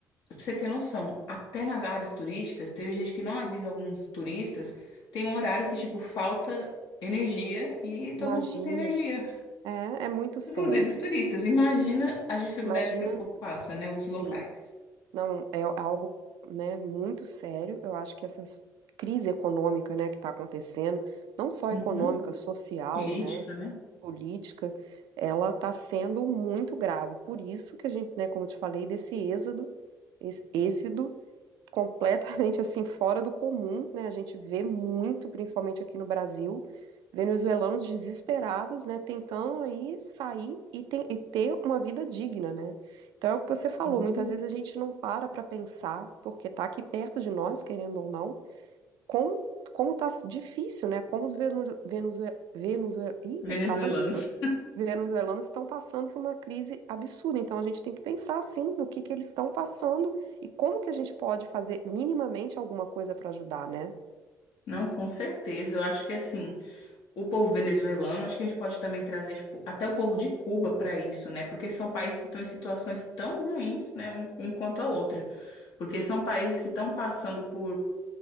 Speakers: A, on the left; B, on the right.
A: pra você ter noção, até nas áreas turísticas, teve gente que não avisa alguns turistas, tem um horário que, tipo, falta energia e todo
B: Imagina.
A: mundo fica sem energia.
B: É, é muito sério.
A: Inclusive os turistas. Imagina as dificuldades
B: Imagina,
A: que o povo passa, né? Os
B: sim,
A: locais.
B: não é algo, né, muito sério. Eu acho que essa crise econômica, né, que está acontecendo, não só
A: Uhum.
B: econômica, social,
A: Política,
B: né,
A: né?
B: política, ela está sendo muito grave. Por isso que a gente, né, como eu te falei, desse êxodo, êxodo completamente assim fora do comum, né? A gente vê muito, principalmente aqui no Brasil, venezuelanos desesperados, né, tentando aí sair e, te- e ter uma vida digna, né? Então é o que você falou,
A: Uhum.
B: muitas vezes a gente não para para pensar, porque tá aqui perto de nós, querendo ou não, com como tá difícil, né? Como os venezuelanos, Ih,
A: Venezuelanos.
B: trava a língua venezuelanos estão passando por uma crise absurda. Então a gente tem que pensar assim no que que eles estão passando e como que a gente pode fazer minimamente alguma coisa para ajudar, né?
A: Não, com certeza. Eu acho que assim, o povo venezuelano, acho que a gente pode também trazer, tipo, até o povo de Cuba para isso, né? Porque são países que estão em situações tão ruins, né, um, um quanto a outra. Porque são países que estão passando por